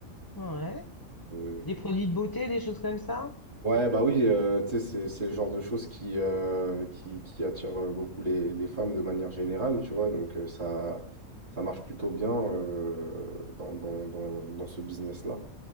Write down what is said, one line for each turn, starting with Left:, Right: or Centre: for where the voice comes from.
Left: Ouais.
Right: Euh,
Left: Des produits de beauté, des choses comme ça?
Right: ouais, bah oui, euh, tu sais, c'est, c'est le genre de choses qui, euh, qui, qui attire euh, beaucoup les, les femmes de manière générale, tu vois. Donc euh, ça, ça marche plutôt bien euh, dans, dans, dans, dans ce business-là.